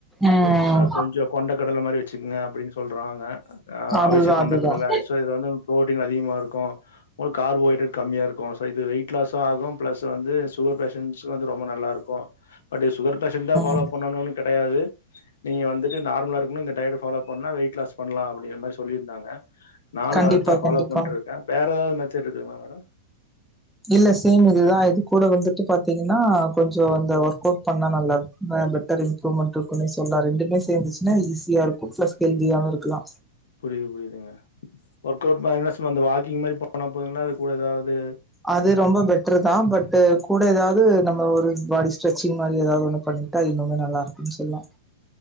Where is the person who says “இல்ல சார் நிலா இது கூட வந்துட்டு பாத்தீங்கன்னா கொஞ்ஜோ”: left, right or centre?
Centre